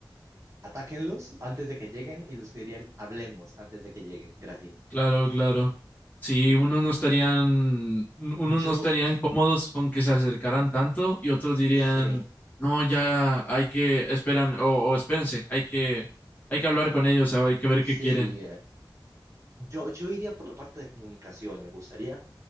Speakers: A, on the right; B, on the left.
A: atáquenlos antes de que lleguen y los que dirían, hablemos antes de que lleguen. Gracias.
B: Claro, claro. Sí, unos no estarían, unos
A: Yo,
B: no estarían cómodos con que se acercaran tanto y otros dirían,
A: sí,
B: no, ya hay que, esperan, o, o espérense, hay que, hay que hablar con ellos, o hay que ver
A: sí.
B: qué quieren.
A: eh, Yo, yo iría por la parte de comunicación. Me gustaría